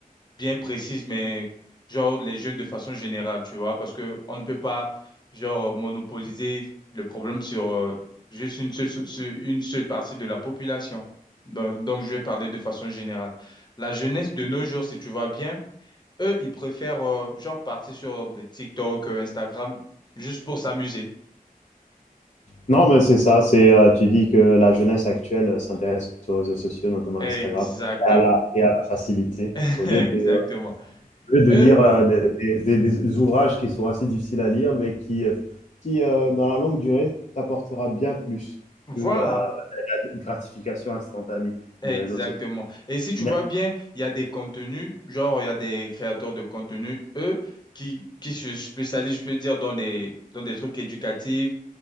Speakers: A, on the left; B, on the left.
A: bien précises, mais genre les jeunes de façon générale, tu vois, parce que on ne peut pas genre monopoliser le problème sur euh, juste une seule, sur une seule partie de la population. donc donc, je vais parler de façon générale. La jeunesse de nos jours, si tu vois bien. Eux, ils préfèrent euh, genre partir sur euh, des TikTok, euh, Instagram, juste pour s'amuser.
B: Non, mais c'est ça. C'est euh, tu dis que la jeunesse actuelle euh, s'intéresse aux réseaux sociaux, notamment
A: Exactement.
B: Instagram, et à la, et à la facilité.
A: <laughs>
B: Au lieu de,
A: Exactement.
B: au lieu de
A: Eux,
B: lire euh, des, des- des- des ouvrages qui sont assez difficiles à lire, mais qui, euh, qui euh, dans la longue durée, t'apportera bien plus
A: voilà.
B: que euh, la gratification instantanée
A: Exactement.
B: des réseaux sociaux.
A: Et si tu
B: Mais-
A: vois bien, il y a des contenus, genre il y a des créateurs de contenu, eux, qui, qui se spécialisent, je peux dire, dans des, dans des trucs éducatifs,